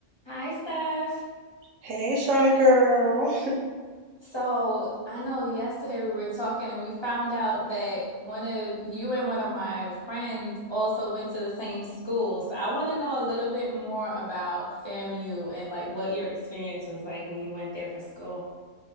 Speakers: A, on the left; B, on the right.
A: Hi, Steph.
B: Hey, Shauna girl.
A: So I know yesterday we were talking and we found out that one of you and one of my friends also went to the same school. So I want to know a little bit more about FAMU and like what your experience was like when you went there for school.